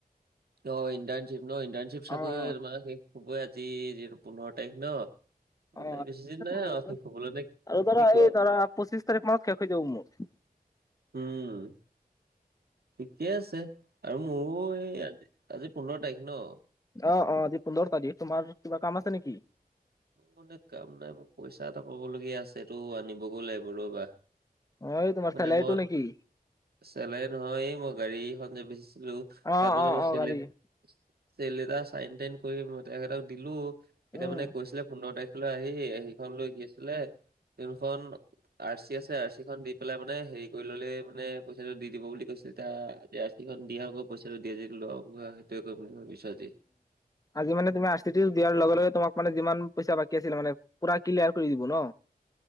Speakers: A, on the right (about 85°); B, on the left (about 20°).
A: অ ইণ্টাৰ্ণশ্বিপ ন ইণ্টাৰ্ণশ্বিপ চাগৈ
B: অ অ
A: তোমাৰ শেষ হবই আজি যিহেটো পোন্ধৰ তাৰিখ ন?
B: অ
A: এইবিলাক
B: আৰু আছে
A: বেছি দিন নাই
B: তোমাৰ আৰু
A: শেষ হ'বলৈ নে
B: আৰু ধৰা
A: কি কোৱা
B: এই ধৰা পঁচিশ তাৰিখ মানত শেষ হৈ যাব মোৰ।
A: উম। ঠিকে আছে আৰু মোৰো এই আজি আজি পোন্ধৰ তাৰিখ ন?
B: অ অ আজি পোন্ধৰ তাৰিখ, তোমাৰ কিবা কাম আছে নেকি?
A: মানে কাম নাই মোৰ পইচা এটা পাবলগীয়া আছে এইটো আনিবগৈ লাগিব ৰ'বা।
B: অ এই তোমাৰ
A: মানে
B: চালাইটো
A: মই
B: নেকি?
A: চেলাই নহয় এই মই গাড়ীখন যে বেচিছিলো
B: অ অ
A: তাত মানে মই
B: অ
A: চলে
B: গাড়ী
A: চিল এটা চাইন টাইন কৰিই তেখেতক দিলো এতিয়া
B: উম
A: মানে গৈছিলে পোন্ধৰ তাৰিখলৈ আহি সেইখন লৈ গৈছিলে ট্ৰেইনখন আৰ চি আছে আৰ চি খন দি পেলাই মানে হেৰি কৰি ললেই মানে পইচাটো দি দিব বুলি কৈছিলে এতিয়া আজি সেইখন দিয়া আগত পইচাটো দিয়া যদি ল সেইয়ে কম বুলি ভাৱিছো আজি।
B: আজি মানে তুমি আৰু চি দিয়াৰ লগে লগে তোমাক মানে যিমান পইচা বাকী আছিলে মানে পুৰা ক্লিয়াৰ কৰি দিব ন?